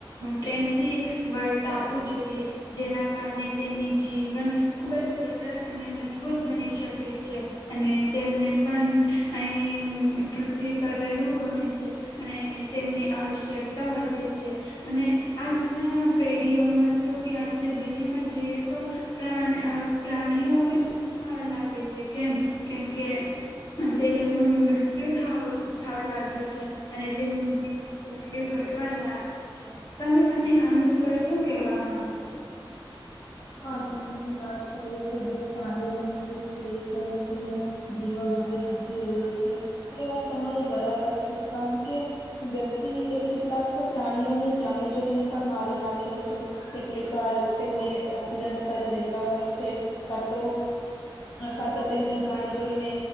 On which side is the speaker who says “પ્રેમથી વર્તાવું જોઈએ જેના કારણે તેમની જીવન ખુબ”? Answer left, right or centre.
Left